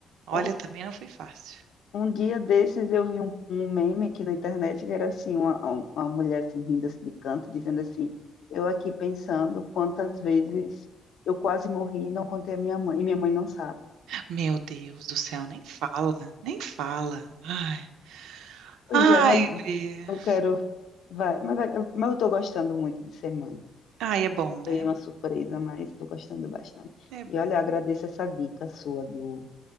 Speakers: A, on the right; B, on the left.
A: olha,
B: Um,
A: também não foi fácil.
B: um dia desses eu vi um, um meme aqui na internet que era assim, uma, um- uma mulher assim rindo assim, de canto, dizendo assim, eu aqui pensando quantas vezes eu quase morri e não contei a minha mãe, e minha mãe não sabe.
A: Meu Deus do céu, nem fala, nem fala. Ai,
B: Pois
A: ai,
B: é, mas
A: guria.
B: eu quero. Vai, mas, vai- eu- mas eu tô gostando muito de ser mãe.
A: ai, é bom, né?
B: Foi uma surpresa, mas tô gostando bastante.
A: É bom.
B: E olha, agradeço essa dica sua do,